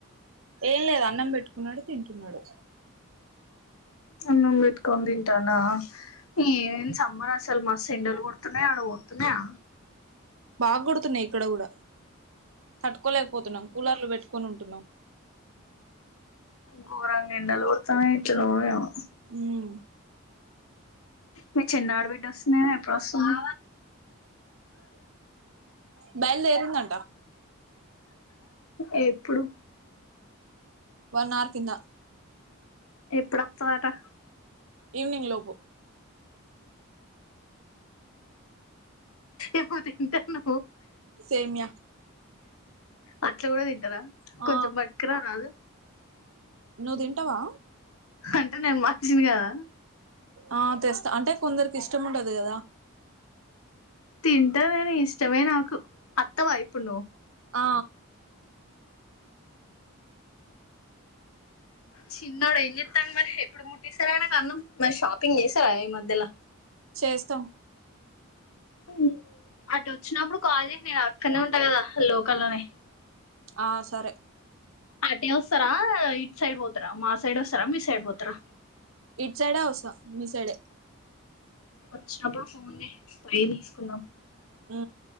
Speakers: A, on the right; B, on the left.
A: ఏం లేదు అన్నం పెట్టుకున్నడు తింటున్నాడు
B: అన్నం బెట్కోని దింటాండు ఆ సమ్మర్ అసలు మస్ ఎండలు కొడుతున్నయి అడ గొడ్తున్నయా
A: బాగ్ కొడుతున్నాయి ఇక్కడ గూడా తట్టు క్కోలేకపోతున్నాం కూలర్లు పెట్టుకొని ఉంటున్నాం
B: గోరంగెండలు గొర్తాన్నాయి ఎట్లనో ఏమో
A: ఉం
B: మీ చిన్నాఢ్బిడ్డొస్తుంది గ ఎప్పుడొస్తుంద్
A: బయలుదేరిందంట
B: ఎ ప్పుడు
A: వన్ ఆర్ కింద
B: ఎప్పుడత్తదట
A: ఈవినింగ్ లోపు
B: ఏవో తింటాన్నవు
A: సేమ్యా
B: అట్ల గూడ తింటరా
A: ఆ
B: కొంచెం బట్కరా రాదు
A: నువ్ దింటవా
B: అంటే నేను మానిషిని గదా
A: ఆ తెస్త అంటే కొందరికి ఇష్టం ఉండదు గదా
B: తింటా గని ఇష్ట ఇష్టమే నాకు అత్తవా యిప్పు ను?
A: ఆ
B: చిన్నోడు ఏం చెత్తాంన్ మరి ఎప్పుడు ముట్టిస్తర్ అయినక్ అన్నం మరి షాపింగ్ చేసారా ఈ మధ్యల?
A: చేస్తం
B: ఉం అటు ఒచ్చినప్పుడు కాల్ జె నేను అక్కడనే ఉంటా కదా లోకల్లోనే
A: ఆ సరే
B: అటే ఒస్తరా ఇట్ సైడ్ వో ర మా సైడ్ ఒస్తరా మీ సైడ్ పోతరా
A: ఇట్చైడే ఒసా మీ సైడే
B: ఒచ్చినప్పుడు ఫో పై తీసుకున్నాం
A: ఉ